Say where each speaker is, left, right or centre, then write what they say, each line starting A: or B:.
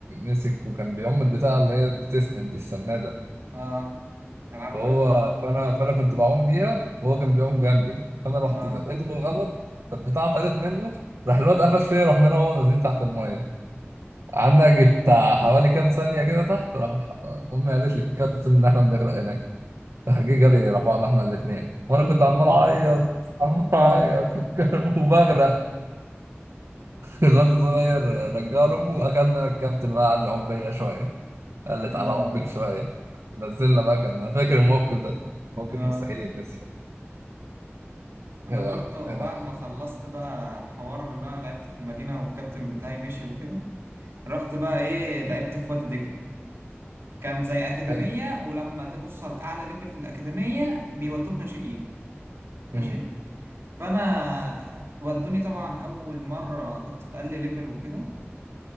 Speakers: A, on the right; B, on the right.
A: مسك وكان بيعم البتاعة اللي هي بتسند دي السنادة
B: اه العوامة
A: هو فانا فانا كنت بعوم بيها وهو كان بيعوم جنبي فانا رحت
B: اه
A: زقته بالغلط فالبتاعه طارت منه راح الواد قفش فيا رحنا انا وهو نازلين تحت الميه قعدنا يجي بتاع حوالي كام ثانيه كده تحت راح امي قالت للكابتن ان احنا بنغرق هناك راح جه جري راح بعض احنا الاثنين وانا كنت عمال اعيط عمال
B: يا
A: اعيط
B: لهوي
A: <laughs>
B: <laughs>
A: وبغرق الواد الصغير رجع له امه اخدنا الكابتن بقى قعد يعوم بيا شويه قلت
B: يا
A: على
B: لهوي
A: عمك شوية نزلنا بقى كان أنا فاكر الموقف ده موقف
B: اه
A: مستحيل يتنسي
B: انا
A: يا
B: برضه
A: لا
B: بعد ما خلصت بقى حوار اللي انا لعبت في المدينة والكابتن بتاعي مشي وكده رحت بقى ايه لعبت في وادي دجلة كان زي أكاديمية
A: حلو
B: ولما توصل أعلى ليفل في الأكاديمية بيودوك ناشئين ماشي
A: أمم.
B: فأنا ودوني طبعا أول مرة كنت في أقل ليفل وكده